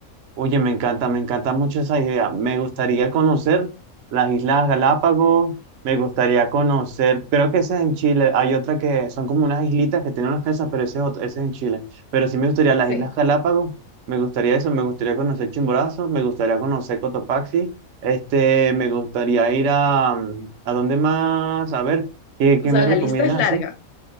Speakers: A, on the right; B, on the left.
A: Oye, me encanta, me encanta mucho esa idea. Me gustaría conocer las Islas Galápagos, me gustaría conocer, creo que esa es en Chile, hay otra que son como unas islitas que tienen unas casas, pero ese es, otro- ese es en Chile. Pero sí me gustaría las
B: Sí.
A: Islas Galápagos, me gustaría eso, me gustaría conocer Chimborazo, me gustaría conocer Cotopaxi, este, me gustaría ir a, mm, ¿a dónde más? A ver, ¿qué, qué
B: O sea,
A: me
B: la
A: recomiendas
B: lista es larga.
A: así?